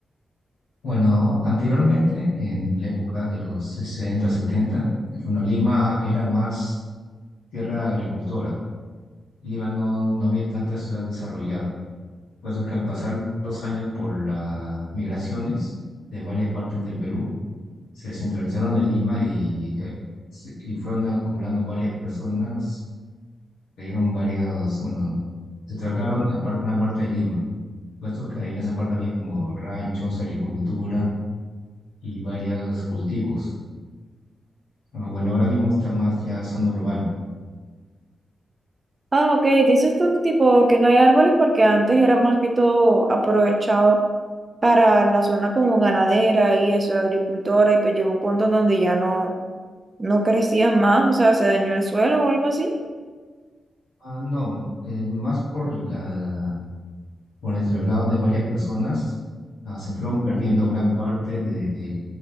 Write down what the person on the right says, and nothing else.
Ah, ok. Dices tú tipo que no hay árboles porque antes era más que todo aprovechado para la zona como ganadera y eso, agricultora, y pues llegó un punto en donde ya no, no crecían más, o sea, se dañó el suelo o algo así.